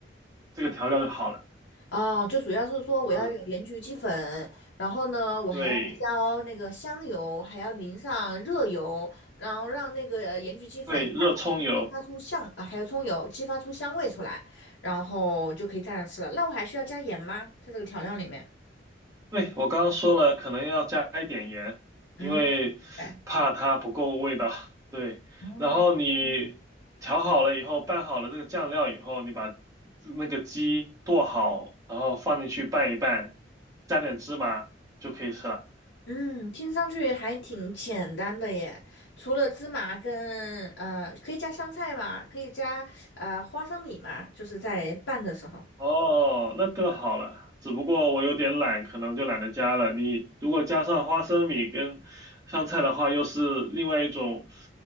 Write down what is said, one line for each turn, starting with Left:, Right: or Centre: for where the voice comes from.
Right: 这个调料就好了。
Left: 哦，就主要是说我要有盐焗鸡粉，
Right: 嗯，
Left: 然后呢，我还要浇那个香油，
Right: 对
Left: 还要淋上热油，然后让那个盐焗鸡粉散发激发出香，
Right: 对，热葱油。
Left: 啊，还有葱油激发出香味出来，然后就可以蘸着吃了。那我还需要加盐吗？在这个调料里面？
Right: 对，我刚刚说了，可能要加一点盐，
Left: 嗯，
Right: 因为怕它不够味道。
Left: 明白。
Right: <laughs> 对，
Left: 哦，
Right: 然后你调好了以后，拌好了这个酱料以后，你把那个鸡剁好，然后放进去拌一拌，加点芝麻就可以吃了。
Left: 嗯，听上去还挺简单的耶。除了芝麻跟呃，可以加香菜吗？可以加呃花生米嘛？就是在拌的时候。
Right: 哦，那更好了。只不过我有点懒，可能就懒得加了。你如果加上花生米跟香菜的话，又是另外一种